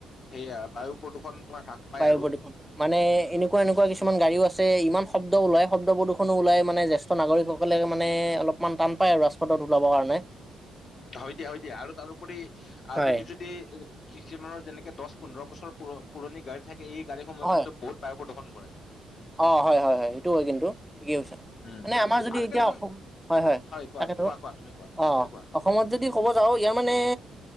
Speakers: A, on the left (about 50°); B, in the centre.
A: সেয়া বায়ু প্ৰদূষণ তোমাৰ হ্ৰাস পায়
B: বায়ু
A: আৰু
B: প্ৰদূষণ। মানে এনেকুৱা এনেকুৱা কিছুমান গাড়ীও আছে। ইমান শব্দ ওলাই শব্দ প্ৰদূষণো ওলাই মানে জে জ্যেষ্ঠ নাগৰিকসকলে মানে অলপমান টান পায় আৰু ৰাজপথত ওলাবৰ কাৰণে।
A: হয় দিয়া, হয় দিয়া আৰু তাৰোপৰি আহ
B: হয়
A: তুমি যদি দি কিছুমানৰ যেনেকে দশ পোন্ধৰ বছৰ পুৰণি গাড়ী থাকে এই গাড়ীসমূহে
B: হয়
A: কিন্তু বহুত বায়ু প্ৰদূষন কৰে তোমাৰ।
B: অ হয়, হয়, হয়, সেইটো হয় কিন্তু, ঠিকেই কৈছা।
A: উম,
B: মানে আমাৰ যদি
A: আজিকালি
B: এতিয়া
A: তুম
B: অসম, হয় হয়
A: কোৱা
B: তাকেতো
A: কোৱা কোৱা তুমি কোৱা
B: অ
A: তুমি কোৱা
B: অসমত যদি ক'ব যাওঁ ইয়াৰ মানে